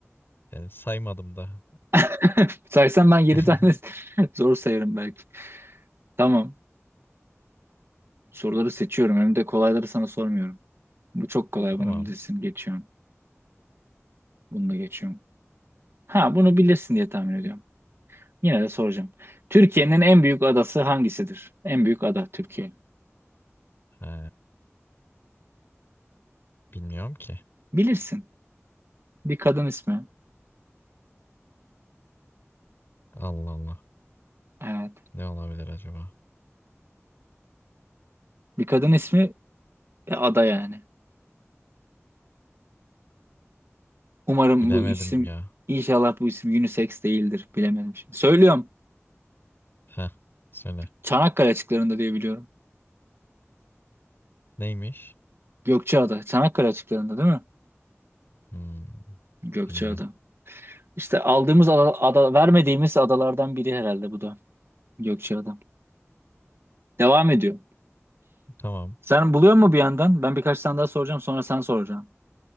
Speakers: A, on the left (about 45°); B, on the right (about 55°).
A: Yani saymadım da.
B: <laughs> Saysam ben 7
A: <laughs>
B: tane <laughs> zor sayarım belki. Tamam. Soruları seçiyorum. Önümde kolayları sana sormuyorum. Bu çok kolay
A: Tamam.
B: bunu bilirsin. Geçiyorum. Bunu da geçiyorum. Ha bunu bilirsin diye tahmin ediyorum. Yine de soracağım. Türkiye'nin en büyük adası hangisidir? En büyük ada Türkiye.
A: Ha, bilmiyorum ki.
B: Bilirsin. Bir kadın ismi.
A: Allah Allah.
B: Evet.
A: Ne olabilir acaba?
B: Bir kadın ismi ve ada yani. Umarım
A: Bilemedim
B: bu isim
A: ya.
B: inşallah bu isim unisex değildir. Bilemedim şimdi. Söylüyorum.
A: Heh, söyle.
B: Çanakkale açıklarında diye biliyorum.
A: Neymiş?
B: Gökçeada. Çanakkale açıklarında değil mi?
A: Hmm,
B: Gökçeada.
A: bilmiyorum.
B: İşte aldığımız ada, ada- vermediğimiz adalardan biri herhalde bu da. Gökçeada. Devam ediyor.
A: Tamam.
B: Sen buluyor mu bir yandan? Ben birkaç tane daha soracağım sonra sen soracaksın.